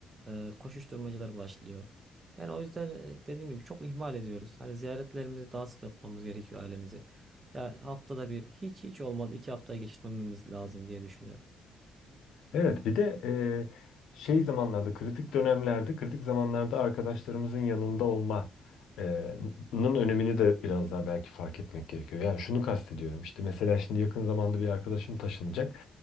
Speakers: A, on the right; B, on the left.
A: e, koşuşturmacalar başlıyor. Yani o yüzden e, dediğim gibi çok ihmal ediyoruz. Hani ziyaretlerimizi daha sık yapmamız gerekiyor ailemizi. Ya haftada bir hiç hiç olmadı iki haftaya geçirmememiz lazım diye düşünüyorum.
B: Evet, bir de e, şey zamanlarda, kritik dönemlerde, kritik zamanlarda arkadaşlarımızın yanında olma e, nın önemini de biraz daha belki fark etmek gerekiyor. Yani şunu kastediyorum. işte mesela şimdi yakın zamanda bir arkadaşım taşınacak.